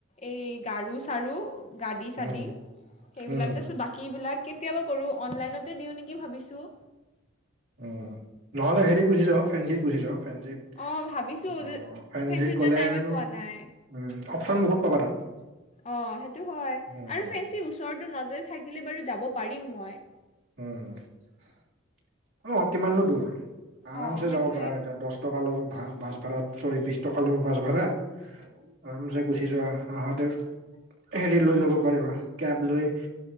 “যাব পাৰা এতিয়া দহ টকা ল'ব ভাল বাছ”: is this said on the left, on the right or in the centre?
Right